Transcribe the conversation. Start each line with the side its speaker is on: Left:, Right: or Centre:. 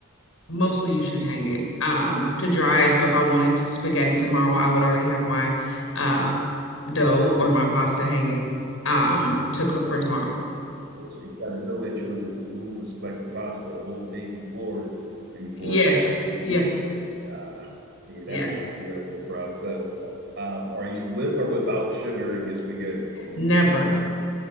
Left: mostly you should hang it um to dry. So if I wanted spaghetti tomorrow, I would already have my uh dough or my pasta hanging um to cook for tomorrow.
Right: oh, so you got to know that you're in the mood for some type of pasta a whole day before, before.
Left: Yeah.
Right: It,
Left: Yeah.
Right: uh, yeah, that's
Left: Yeah.
Right: an interesting process. Um, are you with or without sugar in your spaghetti?
Left: Never.